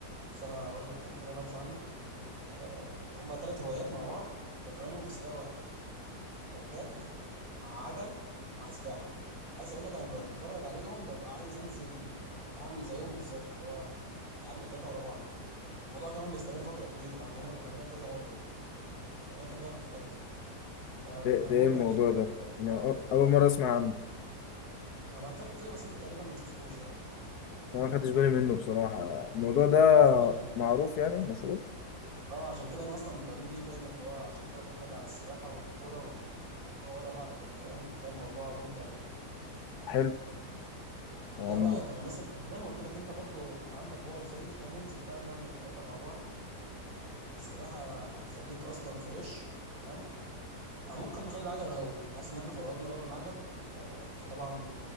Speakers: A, on the right; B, on the left.
A: بس انا هقول لك يعني كده نبذه عنه آه، هما ثلاث هوايات مع بعض مجمعينهم في سباق واحد آه، جري مع عجل مع سباحه عايز اقول لك انا بتفرج عليهم ببقى عايز انزل اعمل زيهم بالظبط اللي هو اعمل الثلاثه ورا بعض الموضوع كمان بيستمر فتره طويله يعني هما بيعملوها كذا مره وفي اماكن بقى مختلفه فبيبقى
B: ده ده
A: ممتع
B: ايه الموضوع
A: جدا
B: ده؟
A: كده
B: انا أو- اول مرة اسمع عنه
A: انا بعت لك الفيديو بس انت تقريبا ما شفتوش
B: أنا ما خدتش بالي منه بصراحة الموضوع ده
A: يعني
B: معروف يعني مشهور
A: اه عشان كده انا اصلا بميل ليه دايما اللي هو عشان كده قلت لك على السباحه والكوره وال... اللي هو ورا بعض كده فاهم هتلاقي الموضوع ممتع جدا
B: حلو
A: وده
B: يعني
A: بقى يبقى مناسب زي ما قلت لك انت برضو عندك باور زيي فهننزل بقى نعمل التلاته مع بعض السباحه هتخليك اصلا فريش تمام او ممكن نخلي العجل الاول بحيث ان احنا فرهدنا بقى من العجل آه انت طبعا